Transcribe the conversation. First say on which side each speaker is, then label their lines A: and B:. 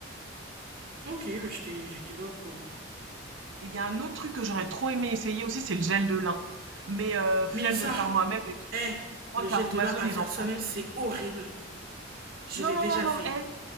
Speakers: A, on the right; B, on the right.
A: Ok, bah, j'étais, j'étais pas au courant.
B: Et il y a un autre truc que j'aurais trop aimé essayer aussi, c'est le gel de lin. Mais euh, flemme
A: Mais ça,
B: de le faire moi-même, et
A: eh,
B: je crois
A: le
B: qu'à
A: gel de
B: Amazon
A: lin à
B: ils
A: faire
B: en
A: soi-même,
B: font.
A: c'est horrible. Je
B: Non,
A: l'ai
B: non,
A: déjà
B: non,
A: fait.
B: non,